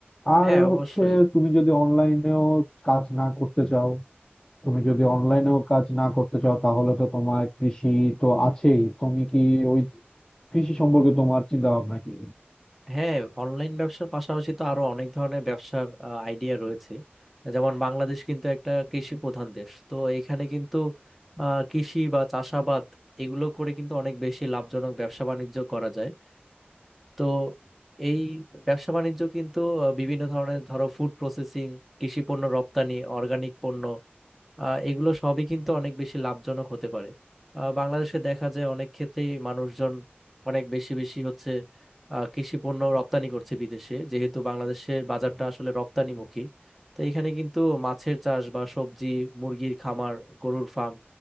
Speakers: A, on the left (about 15°); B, in the centre.
A: আর
B: হ্যাঁ অবশ্যই
A: হচ্ছে তুমি যদি অনলাইনেও কাজ না করতে চাও তুমি যদি অনলাইনেও কাজ না করতে চাও তাহলে তো তোমার কৃষি তো আছেই তুমি কি ওই কৃষি সম্পর্কে তোমার চিন্তা ভাবনা কি
B: হ্যাঁ অনলাইন ব্যবসার পাশাপাশি তো আরো অনেক ধরনের ব্যবসার আইডিয়া রয়েছে যেমন বাংলাদেশ কিন্তু একটা কৃষি প্রধান দেশ তো এখানে কিন্তু আহ, কৃষি বা চাষাবাদ এগুলো করে কিন্তু অনেক বেশি লাভজনক ব্যবসা বাণিজ্য করা যায় তো এই ব্যবসা বাণিজ্য কিন্তু আহ, বিভিন্ন ধরনের ধরো ফুড প্রসেসিং কৃষি পণ্য রপ্তানি অর্গানিক পণ্য আহ, এগুলো সবই কিন্তু অনেক বেশি লাভজনক হতে পারে আহ, বাংলাদেশে দেখা যায় অনেক ক্ষেত্রেই মানুষজন অনেক বেশি বেশি হচ্ছে আহ, কৃষি পণ্য রপ্তানি করছে বিদেশে যেহেতু বাংলাদেশের বাজারটা আসলে রপ্তানিমুখী তো এখানে কিন্তু মাছের চাষ বা সবজি মুরগির খামার গরুর ফার্ম